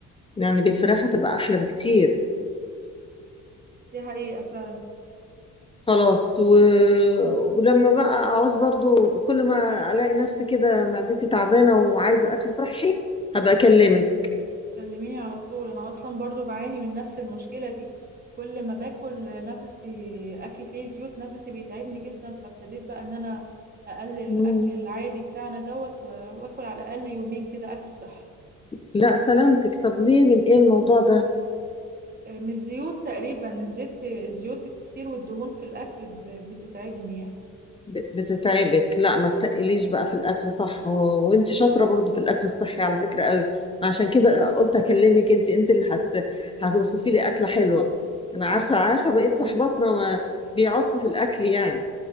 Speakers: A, on the left; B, on the right.
A: يعني بالفراخ
B: ايوه
A: هتبقى احلى بكتير
B: دي حقيقه فعلا
A: خلاص و... ولما بقى اعوز برضو كل ما الاقي نفسي كده معدتي تعبانه وعايزه اكل صحي هبقى اكلمك
B: كلميني على طول انا اصلا برضو بعاني من نفس المشكله دي كل ما باكل نفسي اكل فيه زيوت نفسي بيتعبني جدا فابتديت بقى ان انا اقلل الاكل
A: مم.
B: العادي بتاعنا دوت و- واكل على الاقل يومين كده اكل صحي
A: لا سلامتك طب ليه من ايه الموضوع ده
B: آه، من الزيوت تقريبا الزيت الزيوت الكتير والدهون في الاكل ب- بتتعبني يعني
A: ب- بتتعبك لا ما تتقليش بقى في الاكل صح و... وانت شاطره برضو في الاكل الصحي على فكره قوي عشان كده قلت اكلمك انت انت اللي هت... هتوصفي لي اكله حلوه انا
B: حبيبتي
A: عارفه عارفه
B: تسلميلي
A: بقيت صحباتنا ما بيعكوا في الاكل يعني